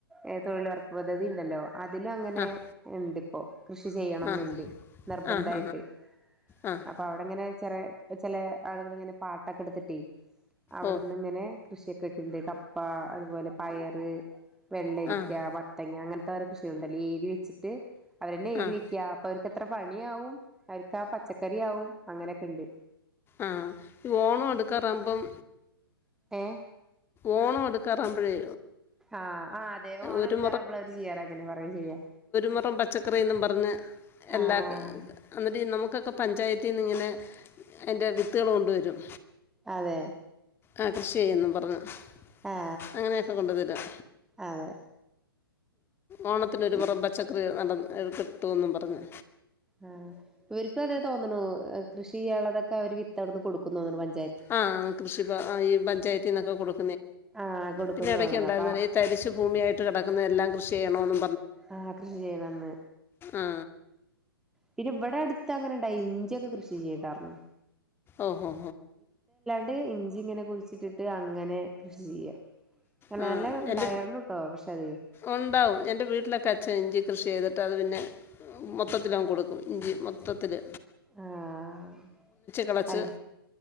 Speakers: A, in the centre; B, on the left.
A: എ തൊഴിലൊറപ്പ് പദ്ധതിണ്ടല്ലോ അതിലും അങ്ങനെ
B: ആഹ്
A: ഇണ്ട് ഒ കൃഷി ചെയ്യണന്നുണ്ട്
B: ആഹ്
A: നിർബന്ധയിട്ട്
B: ആഹ് ആഹ് ആഹ് ആഹ്
A: അപ്പൊ അവിടെങ്ങനെ ചെറ ചെലെ ആളുകൾ ഇങ്ങനെ പാട്ടം ഒക്കെ എടുത്തിട്ടെ അവിടുന്ന്
B: ഓ
A: ഇങ്ങനെ കൃഷിയൊക്കെ വിക്ക്ൻണ്ട്. കപ്പ അതുപോലെ പയറ് വെള്ളരിക്ക,
B: ആഹ്
A: വത്തങ്ങ അങ്ങ <unintelligible> കൃഷിയുണ്ടല്ലേ ഏതി വെച്ചിട്ട് അവരന്നെ ഏരിവെക്കുക
B: ആഹ്
A: അപ്പൊ അവർക്ക് അത്ര പണിയാവും അവർക്ക് ആ പച്ചക്കറി ആവും അങ്ങനെയൊക്കെണ്ട്
B: ആഹ് ഈ ഓണം അടുക്കാറാകുമ്പം
A: ഏഹ്
B: ഓണം അടു അടുക്കാറാവുമ്പോഴേ
A: ആ ആ അതെ ഹോൺ
B: ഒരു
A: അടക്കാറാവുമ്പോൾ അവര് ചെയ്യാറ് അങ്ങനെ പറയും ശരിയാ
B: മുറം പച്ചക്കറിയെന്നും പറഞ്ഞ് എല്ലാ
A: ആ
B: എന്നിട്ട് നമുക്കൊക്കെ പഞ്ചായത്തിന്നിങ്ങനെ അതിൻ്റെ വിത്തുകൾ കൊണ്ടുവരും
A: അതെ
B: ആ കൃഷി ചെയ്യെന്നും പറഞ്ഞു
A: ആ
B: <inaudible> അങ്ങനെയൊക്കെ കൊണ്ടു തരാം
A: അതെ
B: ഓണത്തിനൊരു മുറം
A: ആ
B: പച് <unintelligible> അത് കിട്ടുവെന്നും പറഞ്ഞ്
A: ആഹ് ഇവർക്കും അതെ തോന്നണു കൃഷി ചെയ്യാനുള്ളതൊക്കെ അവർക്ക് അവിടുന്ന് കൊടുക്കുന്നുന്ന് പൻ
B: ആഹ് കൃഷിഭ ഈ പ ഞ്ചായത്തീന്ന് ഒക്കെ കൊടു
A: ആഹ് കൊടുക്കുന്ന്
B: ഇതിനിടക്കുണ്ടായിരുന്നല്ലോ
A: തോന്നണു അപ്പ
B: ഈ തരിശ് ഭൂമി ആയിട്ട് കിടക്കുന്നതെല്ലാം കൃഷി വേണോന്ന്
A: ആഹ് കൃഷി ചെയ്യണമെന്ന്
B: ആ
A: പിന്നെ ഇവിടെ അടുത്ത് അങ്ങനെ ഉണ്ടായി ഇഞ്ചിയൊക്കെ കൃഷി ചെയ്യട്ടാന്ന്
B: ഓഹോ
A: ഇത് ഇഞ്ചി ഇങ്ങനെ കുഴിച്ചിട്ടട്ട് അങ്ങനെ കൃഷി ചെയ്യാ നല്ല
B: ആ
A: നല്ല ഉണ്ടായിരുന്നു
B: എൻ്റെ
A: ട്ടോ പക്ഷേ അതില്
B: ഉണ്ടാവും എൻ്റെ വീട്ടിലൊക്കെ ഇഞ്ചി കൃഷി ചെയ്തിട്ട് അത് പിന്നെ മൊത്തത്തിൽ അങ്ങ് കൊടുക്കും ഇഞ്ചി മൊത്തത്തില്
A: ആഹ്
B: കിളച്ച്